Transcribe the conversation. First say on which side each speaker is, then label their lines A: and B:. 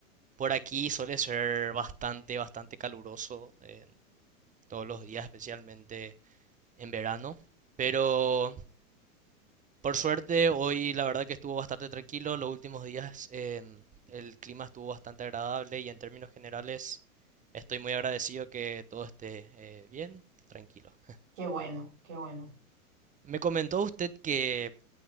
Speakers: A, on the right; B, on the right.
A: Por aquí suele ser bastante, bastante caluroso eh, todos los días, especialmente en verano. Pero por suerte hoy la verdad que estuvo bastante tranquilo. Los últimos días eh, el clima estuvo bastante agradable y en términos generales estoy muy agradecido que todo esté eh, bien, tranquilo.
B: Qué bueno, qué bueno.
A: Me comentó usted que